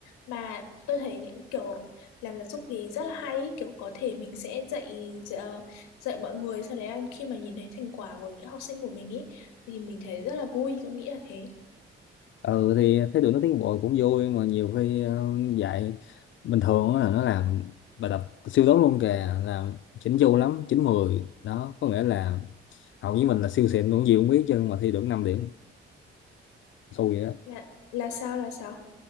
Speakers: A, on the left; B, on the left.
A: mà tôi thấy những kiểu làm giáo dục thì rất là hay ý. kiểu có thể mình sẽ dạy dạy, ờ, dạy mọi người sau đấy là khi mà nhìn thấy thành quả của những học sinh của mình ý thì mình thấy rất là vui tôi nghĩ là thế
B: ừ thì thấy tụi nó tiến bộ cũng vui mà nhiều khi ờ, dạy bình thường á là nó làm bài tập siêu tốt luôn kìa, làm chỉnh chu lắm, 9 10 đó, có nghĩa là học với mình là siêu xịn luôn gì cũng biết chứ mà thi được 5 điểm, xui vậy đó.
A: là là sao là sao